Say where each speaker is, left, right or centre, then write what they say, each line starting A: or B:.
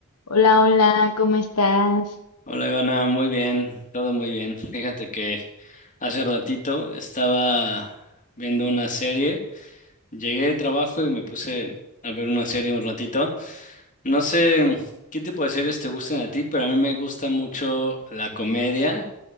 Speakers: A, on the left; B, on the left.
A: Hola, hola, ¿cómo estás?
B: Hola Ivana, muy bien, todo muy bien. Fíjate que hace ratito estaba viendo una serie, llegué de trabajo y me puse a ver una serie un ratito. No sé qué tipo de series te gustan a ti, pero a mí me gusta mucho la comedia